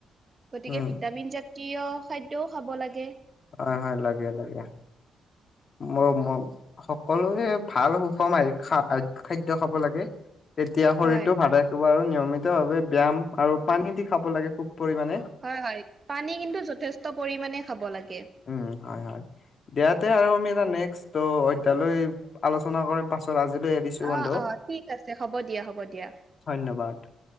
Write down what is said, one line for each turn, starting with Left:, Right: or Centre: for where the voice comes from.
Right: গতিকে
Left: উম
Right: ভিটামিন জাতীয় খাদ্যও খাব লাগে।
Left: হয়- হয় লাগে -লাগে। ম ম সকলোৱে ভাল সুষম খা খাদ্য খাব লাগে তেতিয়া শৰীৰটো
Right: হয়।
Left: ভাল ৰাখিব আৰু নিয়মিত ভাৱে ব্যায়াম আৰু পানী দি খাব লাগে খুব পৰিমাণে।
Right: হয় -হয় পানী কিন্তু যথেষ্ট পৰিমাণে খাব লাগে।
Left: উম, হয় -হয়, দিয়াতে আৰু আমি এটা নেক্সট অধ্যায়লৈ আলোচনা কৰিম পাছত আজিলৈ এৰিছো বন্ধু
Right: অ', অ', ঠিক আছে হ'ব দিয়া হ'ব দিয়া
Left: ধন্যবাদ।